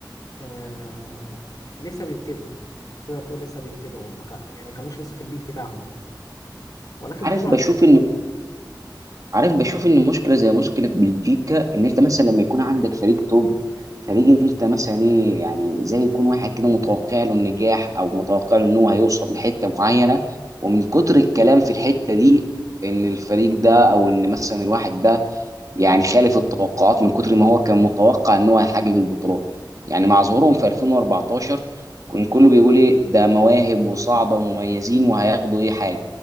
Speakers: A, on the left (about 50°); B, on the right (about 45°).
A: آه، لسه بيبتدوا تقدر تقول لسه بيبتدوا ما كا- يعني كانوش لسه في البيك بتاعهم يعني ولكن
B: عارف
A: فيورو
B: بشوف
A: 2000
B: ان عارف بشوف ان مشكله زي مشكله بلجيكا ان انت مثلا لما يكون عندك فريق توب فريق انت مثلا ايه يعني زي يكون واحد كده متوقع له النجاح او متوقع له ان هو هيوصل لحته معينه ومن كتر الكلام في الحته دي ان الفريق ده او ان مثلا الواحد ده يعني خالف التوقعات من كتر ما هو كان متوقع ان هو هيحقق البطولات يعني مع ظهورهم في 2014 كان كله بيقول ايه ده مواهب وصاعده ومميزين وهياخدوا ايه حاجه